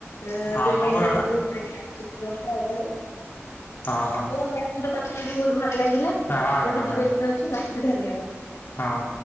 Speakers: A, on the left; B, on the left.
A: ଆଁ
B: ହଁ
A: ଦୁଇ
B: ହଁ
A: ତିନି
B: ମୁଁ
A: ଦିନ ଭିତରେ ଆଉ ଦୁଇ <unintelligible> ହବନି। ମୁଁ
B: ଓହୋ ହଁ
A: ଆପଣଙ୍କ ସହିତ କଥା ହେଇକି ବହୁତ ଭଲ ଲାଗିଲା
B: ହଁ
A: ମୁଁ
B: ଧନ୍ୟବାଦ
A: ଟିକେ ବ୍ୟସ୍ତ ଅଛି ରଖୁଚି ଧନ୍ୟବାଦ।
B: ହଁ।